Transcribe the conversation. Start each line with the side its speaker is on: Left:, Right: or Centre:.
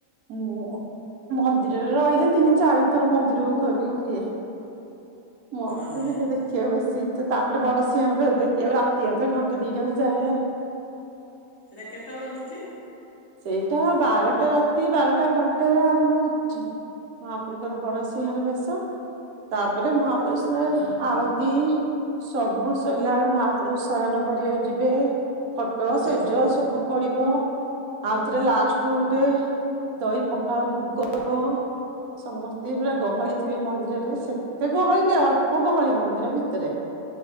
Right: ମୁଁ ମନ୍ଦିରରେ ରହିଲେ ତିନି ଚାରିଥର ମନ୍ଦିରକୁ ଘରୁକୁ ହୁଏ। ମୋତେ
Left: ଆଜ୍ଞା
Right: ବି
Left: ଆଜ୍ଞା
Right: ତ ଦେଖିବା ବେଶୀ ସେ ତାପରେ ବଡସିିଂହାର ବେ-ଦେଖି ରାତି ଅଧରେ ଘଣ୍ଟେ ଦିଟାକୁ ଯାଏ।
Left: ସେଇଟା କେତେବେଳେ ହଉଚି?
Right: ସେଇଠା ବାରଟା ରାତି ବାରଟା ଘଣ୍ଟେରେ ଆରମ୍ଭ ହଉଛି ମହାପ୍ରଭୁଙ୍କର ଙ୍କର ବଡସିଂ ସିଂହର ବେଶ, ତାପରେ ମହାପୁରୁଷର ଆଳତୀ ସବୁ ସଲାବେଳେ ମହାପ୍ରଭୁ ଶୟନ କରିବାକୁ ଯିବେ। ଖଟ ସେଜ
Left: ଆଚ୍ଛା
Right: ସବୁ ପଡିବ। ଆଉ ଥରେ ଲାଷ୍ଟ କୁ ଗୋଟେ ଦହି ପଖାଳ ଭୁଗ ହେବ। ସମସ୍ତେ ପୁରା ଗହଳି ଥିବେ ମନ୍ଦିରରେ। ସେ ତେ ଗହଳି ନ ଅଳ୍ପ ଗହଳି ମନ୍ଦିର ଭିତରେ।